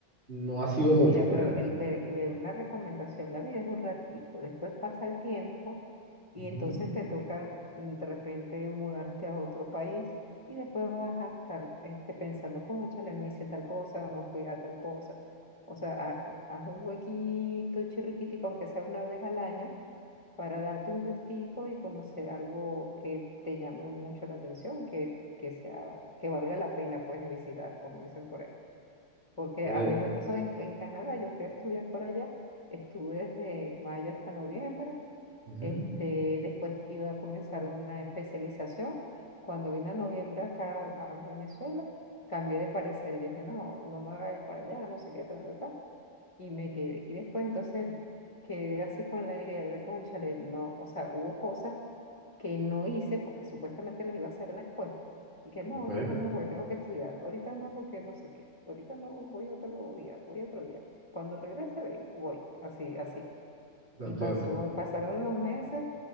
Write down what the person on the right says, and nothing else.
no ha sido mucho,
pues.
Ujú,
eh,
ujú,
ok,
te entiendo,
te